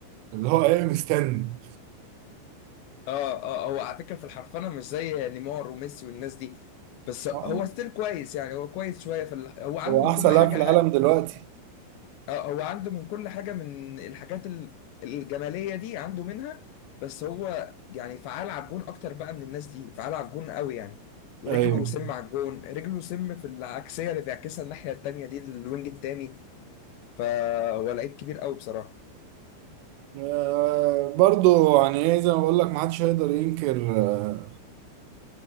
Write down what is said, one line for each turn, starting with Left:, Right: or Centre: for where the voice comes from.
Right: اللي هو ايه مستني
Left: اه اه اه، هو على فكره في الحرفنه مش زي نيمار وميسي والناس دي بس هو
Right: آه،
Left: ستيل كويس يعني هو كويس شويه في ال... هو عنده
Right: هو
Left: من
Right: احسن
Left: كل حاجه
Right: لاعب في العالم دلوقتي
Left: اه هو عنده من كل حاجة من الحاجات ال- الجمالية دي عنده منها بس هو يعني فعال على الجون أكتر بقى من الناس دي فعال على الجون قوي يعني رجله
Right: ايوه
Left: سم على الجون رجله سم في العكسية اللي بيعكسها الناحية التانية دي للوينج التاني فهو لعيب كبير قوي بصراحة
Right: آه برضو يعني ايه زي ما بقول لك ما حدش هيقدر ينكر آه